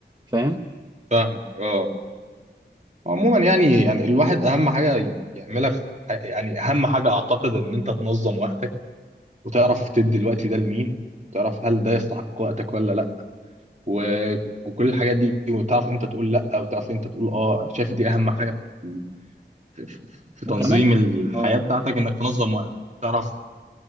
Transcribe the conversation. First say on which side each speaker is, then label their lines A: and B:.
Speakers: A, on the right; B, on the right.
A: فاهم
B: فاهمك اه عموما يعني يعني الواحد اهم حاجه يعملها في الح- يعني اهم حاجه اعتقد ان انت تنظم وقتك وتعرف تدي الوقت ده لمين تعرف هل ده يستحق وقتك ولا لا و... وكل الحاجات دي وتعرف امتى تقول لا وتعرف امتى تقول اه شايف دي اهم حاجه في, في, في في
A: وكمان
B: تنظيم الحياه
A: اه
B: بتاعتك انك تنظم وقتك تعرف